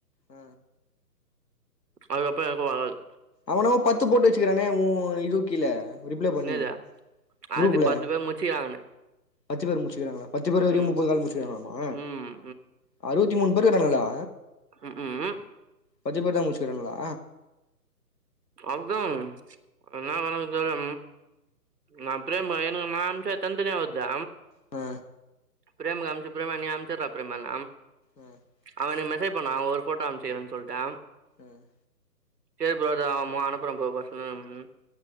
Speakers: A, on the left; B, on the right.
A: ஆ
B: அதுக்கப்புற எனக்கு வராது
A: அவனவ பத்து போட்டு வச்சுக்கறனே உ இதுக் கீழ ரிப்ளை பண்ணி
B: என்னது
A: குரூப்ல
B: அது பத்து பேர் முச்சிக்கிறாங்கன்னு
A: பத்து பேர் முடிச்சுக்றாங்ளா பத்து பேர் வரையு
B: ம்
A: முப்பது கால் முடிச்சுக்கறாங்களாமா
B: ம்
A: அறுவத்தி மூணு பேரு இருக்கானுங்களா
B: ம் ம்
A: பத்து பேரு தா முடிச்ருக்கானுங்ளா
B: அதா அதனால எனக்கு தெல நா அப்டியே <unintelligible> அனுப்ச்சா தனிதனியா வருது
A: ஆ
B: பிரேமுக்கு அனுப்ச்ச பிரேமு நீ அனுப்ச்சுருடா பிரேமானா
A: ஆ
B: அவ எனக்கு மெசேஜ் நா ஒரு ஃபோட்டோ அனுப்ச்சுக்கறன் சொல்ட்ட
A: ம்
B: சரி ப்ரோ அத அ அனுப்பற ப்ரோ <unintelligible>